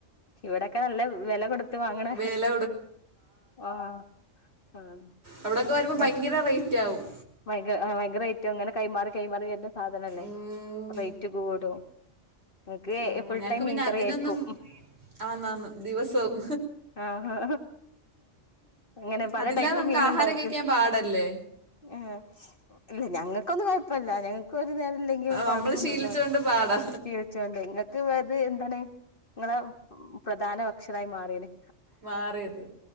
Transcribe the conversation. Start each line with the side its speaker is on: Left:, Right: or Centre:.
Left: ഇവിടെക്കെ നല്ല വില കൊടുത്ത് വാങ്ങണ
Right: വില
Left: ആഹ് ആഹ്
Right: അവിടെക്കെ വരുമ്പോ ഭയങ്കര
Left: ഏഹ്
Right: റേറ്റ് ആകും
Left: ഭയങ്കര ഭയങ്കര റേറ്റോവും ങ്ങനെ കൈമാറി കൈമാറി സാധനല്ലേ
Right: ഉം,
Left: അപ്പൊ റേറ്റ് കൂടും നിങ്ങക്ക്
Right: ഉം,
Left: ഫുൾ
Right: ഞങ്ങക്ക്
Left: ടൈം മീൻകറിയായിരിക്കും
Right: പിന്നെ അതിനൊന്നും ആന്നാന്ന് ദിവസവും
Left: ആഹ് അങ്ങനെ പല
Right: അതില്ലാതെ
Left: ടൈപ്പ്
Right: നമുക്ക്
Left: മീന്
Right: ആഹാരം
Left: ഉണ്ടാക്കും
Right: കഴിക്കാൻ പാടല്ലേ
Left: ആഹ് ഇല്ല ഞങ്ങൾക്കൊന്നും കുഴപ്പല്ല ഞങ്ങ ഒരു നേരം ഇല്ലെങ്കിലും കൊഴപ്പൊന്നുല്ല
Right: നമ്മൾ ശീലിച്ചുകൊണ്ട് പാടാ
Left: ചീവച്ചോണ്ട് നിങ്ങൾക്ക്ത് എന്താണ് നിങ്ങളെ പ്രധാന ഭക്ഷണായി മാറിയില്ലേ
Right: മാറിയത്